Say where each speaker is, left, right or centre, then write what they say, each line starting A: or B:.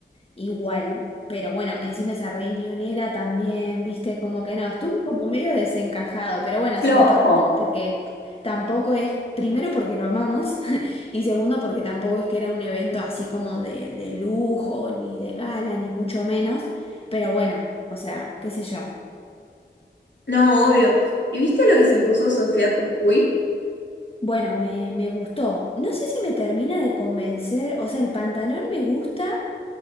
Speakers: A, on the left (about 30°); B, on the left (about 75°).
A: igual, pero bueno, encima esa riñonera también, viste, como que no, estuvo como medio desencajado, pero bueno,
B: Flojo.
A: se lo perdonamos porque tampoco es, primero porque lo amamos <laughs> y segundo porque tampoco es que era un evento así como de, de lujo, ni de gala, ni mucho menos, pero bueno, o sea, qué sé yo.
B: No, obvio. ¿Y viste lo que se puso Sofía Jujuy?
A: Bueno, me, me gustó. No sé si me termina de convencer, o sea, el pantalón me gusta,